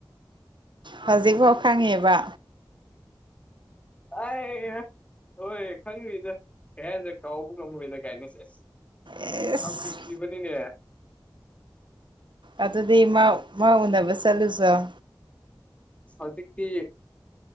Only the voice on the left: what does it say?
ꯑꯩ ꯍꯥ ꯍꯣꯏ ꯈꯪꯉꯤꯗ ꯀꯩꯍꯥꯏꯗ ꯀꯥꯎꯕ ꯉꯝꯃꯣꯏꯗ ꯀꯥꯏꯅ ꯁꯦꯁ
ꯌꯥꯝ ꯅꯨꯡꯁꯤꯕꯅꯤꯅꯦ
ꯍꯧꯖꯤꯛꯇꯤ